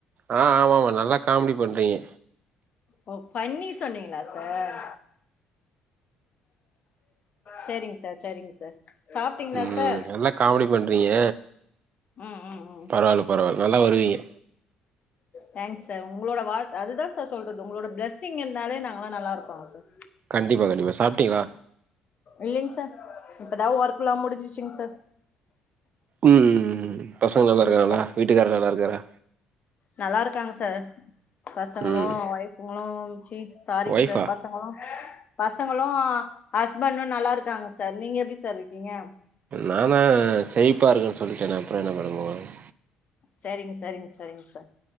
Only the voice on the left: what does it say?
ஓ ஃபன்னி சொன்னீங்களா sir sharing sir sharing sir சாப்ட்டீங்களா
சார்
ம் ம்
தேங்க்ஸ் சார் உங்களோட வாழ்த் அதுதா சார் சொல்றது உங்களோட பிளஸ்ஸிங் இருந்தாலே நாங்கல்லா நல்லாருப்போ சார்
இல்லீங் சார் இப்பதா ஒர்க்கல்லா முடிஞ்சிச்சுங் சார்
இனிமேதா
நல்லா இருக்காங்க சார் பசங்களு
வொய்ப்புங்களு சீ சாரிங்
சார் பச பசங்களு ஹஸ்பண்டு நல்லா இருக்காங்க சார் நீங்க எப்டி சார் இருக்கீங்க
சரிங் சரிங் சரிங் சார்